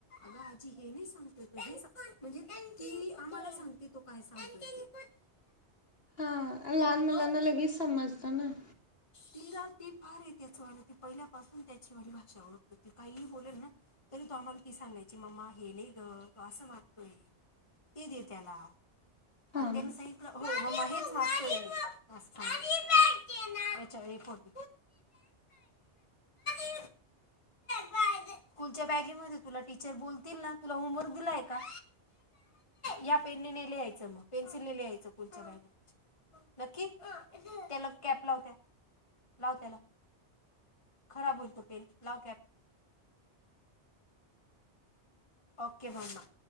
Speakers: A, on the left; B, on the left.
A: अग आजी हे नाही सांगतय तो म्हणजे ती आम्हाला सांगते तो काय सांगतोय ते.
B: हा लाहान मुलाना
A: हो
B: लगेच समजत ना.
A: तिला ती फार आहे त्याचवाल ती पहिल्यापासून त्याचीवाली भाषा ओळखतते ती काही बोल ना. तरी तो आम्हाला ती सांगायची मम्मा हे नाही ग तो असं मागतोय. ते दे त्याला
B: हा
A: अन
B: ना
A: त्यांन सांगितलं हो मम्मा हेच मागतोय मी. असं सांगता तो याच्यावर
B: <unintelligible>
A: <unintelligible> स्कूलच्या बॅगेमधी तुला टीचर बोलतील ना तुला होमवर्क दिलाय का? या पेनने ने लियायचं मग पेन्सिलने लियायचं स्कूलच्या <unintelligible> नक्की त्याला कॅप लाव त्या लाव त्याला खराब होईल तो पेन लाव कॅप ओके मम्मा